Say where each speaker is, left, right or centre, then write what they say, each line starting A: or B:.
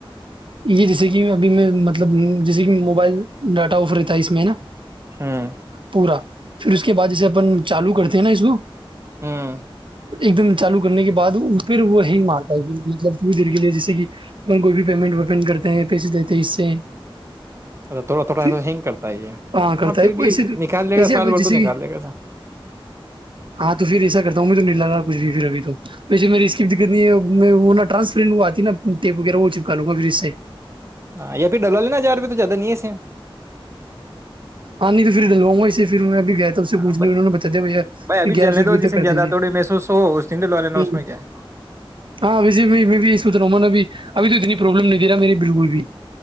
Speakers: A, on the right (about 60°); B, on the right (about 30°).
A: یہ جیسے کہ ابھی میں مطلب جیسے کہ موبائل ڈاٹا آف رہتا ہے اس میں ہے نا
B: ہوں
A: پورا پھر اس کے بعد جے اپن چالو کرتے تھ نا اس کو
B: ہاں
A: ایک دم چالو کرنے کے بعد پھر وہ ہینگ مارتا ہے پھر مطلب تھووری دیر کے لیے جیسے کہگر کوئی بھی پیمنٹ اوپن کرتے ہیں پیسے دیتے ہیں اس سے
B: اچھا تھوڑا تھوڑا
A: پھر
B: ایسا ہینگ کرتا ہے یہ
A: ہاں کرتا
B: آ پھر
A: ہے وہ
B: بھی
A: ایسے تو
B: نکال لے
A: ایسے
B: گا سال
A: اب
B: بھر
A: جیسے
B: تو نکال
A: کہ
B: لے گا ایسا
A: ہاں تو پھر ایسا کرتا ہوں میں تو نہیں لگا کچھ بھی پھر ابھی تو ویسے میری اس کی دقت ہے میں وہرانسپٹ وہ وہ کروں گا پھر اس سے
B: ہاں یا پھر ڈلا لینا جار روپئے تو زیادہ نہیں ہےسے
A: ہاں نہیں تو پھر ڈلواںا اسسے پھر میں ابھی گیا اس سے
B: ہاں
A: پوچنے
B: بھائی
A: انہوں نے بتا دیا ب
B: بھائی ابھی
A: گیارہ
B: چلنے
A: سو چس
B: دو جس
A: تک
B: دن
A: کر
B: زیادہ
A: دیں گے
B: تھوڑے محسوس ہو اس دن ڈلوا لینا
A: ہ
B: اس میں کیا ہے۔
A: ہاں ای بھی سو رہا ہوں نے اب ابھی تو اتنی پروابلم نہیں دے رہا میری بالکل بھی